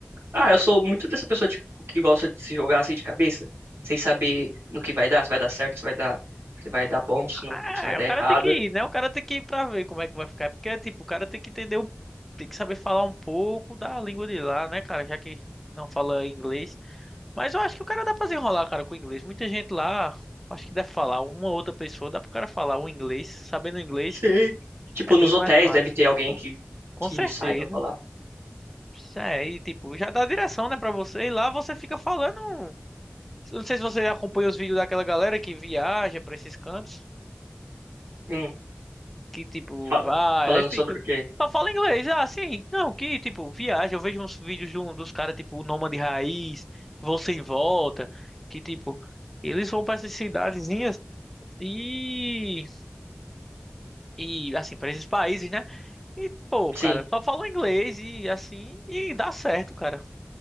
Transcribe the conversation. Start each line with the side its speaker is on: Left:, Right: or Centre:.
Right: Ah, eu sou muito dessa pessoa tipo, que gosta de se jogar assim de cabeça, sem saber no que vai dar, se vai dar certo, se vai dar, se vai dar bom, se não,
Centre: É,
Right: se vai dar
Centre: o cara
Right: errado.
Centre: tem que ir, né? O cara tem que ir pra ver como é que vai ficar. Porque, tipo, o cara tem que entender, o- tem que saber falar um pouco da língua de lá, né, cara? Já que não fala inglês. Mas eu acho que o cara dá pra desenrolar, cara, com o inglês. Muita gente lá, acho que deve falar, uma ou outra pessoa, dá pro cara falar o inglês. Sabendo inglês
Right: Sim. Tipo,
Centre: é bem
Right: nos hotéis
Centre: mais fácil.
Right: deve ter alguém que,
Centre: Com
Right: que
Centre: certeza.
Right: saiba falar.
Centre: Isso é, e tipo, já dá a direção, né, pra você. E lá você fica falando. Não sei se você acompanha os vídeos daquela galera que viaja pra esses cantos.
Right: Hum,
Centre: Que tipo,
Right: fala-
Centre: vai,
Right: falando
Centre: aí fica.
Right: sobre o quê?
Centre: Só fala inglês, ah, sim. Não, que tipo, viaja. Eu vejo uns vídeos de um, dos caras, tipo, o Nômade Raiz, Você em Volta. Que tipo, eles vão pra essas cidadezinhas. E, e assim, para esses países, né? E, pô,
Right: Sim.
Centre: cara, só falam inglês e assim, e dá certo, cara.